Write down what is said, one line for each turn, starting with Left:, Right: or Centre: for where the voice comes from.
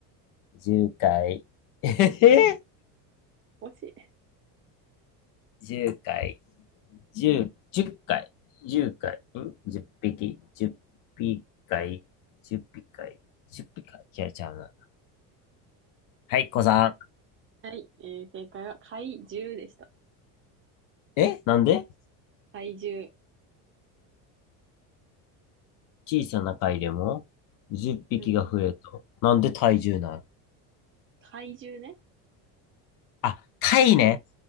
Left: 10回、<laughs> えへへ
Right: 惜しい。
Left: 10回。10、10回、10回、ん ?10 匹、10匹回、10匹回、10匹回、違うちゃうな。はい、子さ
Right: はい。えー正解は怪獣でした。
Left: ん。えなんで
Right: 怪獣。
Left: 小さな貝でも10匹が増えると。
Right: うん。
Left: なんで体重なの
Right: でん怪獣ね。
Left: あ、貝ね。